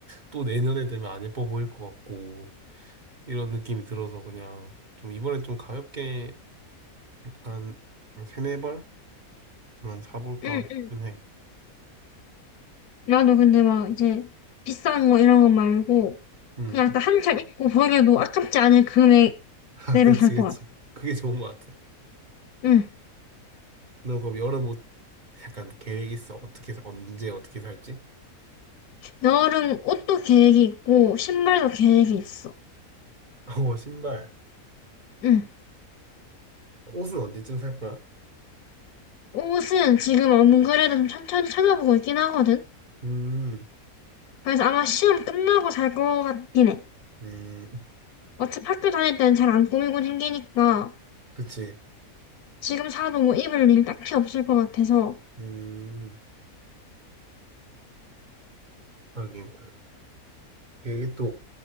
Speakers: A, on the right; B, on the left.
A: 또 내년에 되면 안 예뻐 보일 것 같고, 이런 느낌이 들어서 그냥, 좀 이번에 좀 가볍게, 한, 세네 벌? 그만 사볼까
B: 응,
A: 싶긴
B: 응.
A: 해.
B: 나도 근데 막 이제 비싼 거 이런 거 말고
A: 음.
B: 그냥 딱 한 철 입고 버려도 아깝지 않을 금액대로
A: <laughs> 아, 그치,
B: 살
A: 그치.
B: 것 같아.
A: 그게 좋은 것 같아.
B: 응.
A: 너 그럼 여름 옷 약간 계획 있어? 어떻게, 사- 언제 어떻게 살지?
B: 여름 옷도 계획이 있고 신발도 계획이 있어.
A: <laughs> 어, 신발.
B: 응.
A: 옷은 언제쯤 살 거야?
B: 옷은 지금 안 그래도 좀 천천히 찾아보고 있긴 하거든.
A: 음,
B: 그래서 아마 시험 끝나고 살 것 같긴 해.
A: 음,
B: 어차피 학교 다닐 때는 잘 안 꾸미고 생기니까
A: 그치.
B: 지금 사도 뭐 입을 일 딱히 없을 것 같아서
A: 음, 하긴. 이게 또